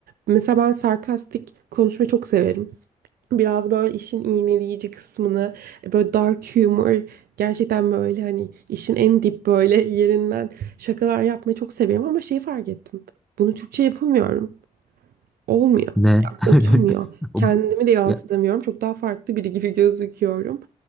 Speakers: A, on the right; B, in the centre.
A: Mesela ben sarkastik konuşmayı çok severim. Biraz böyle işin iğneleyici kısmını, e, böyle dark humor, gerçekten böyle hani işin en dip böyle yerinden şakalar yapmayı çok severim ama şeyi fark ettim. Bunu Türkçe yapamıyorum. Olmuyor.
B: ne?
A: Ya,
B: <laughs>
A: oturmuyor.
B: O-
A: Kendimi de yansıtamıyorum.
B: ya,
A: Çok daha farklı biri gibi gözüküyorum.